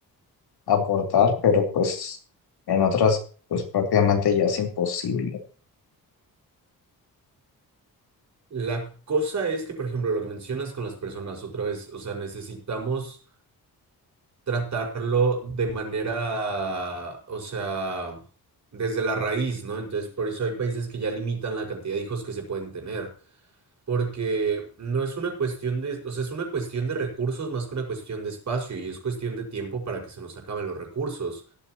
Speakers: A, on the left; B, on the right.
A: aportar, pero pues en otras pues prácticamente ya es imposible.
B: La cosa es que, por ejemplo, lo que mencionas con las personas otra vez, o sea, necesitamos... tratarlo de manera, o sea, desde la raíz, ¿no? Entonces, por eso hay países que ya limitan la cantidad de hijos que se pueden tener, porque no es una cuestión de, o sea, es una cuestión de recursos más que una cuestión de espacio y es cuestión de tiempo para que se nos acaben los recursos.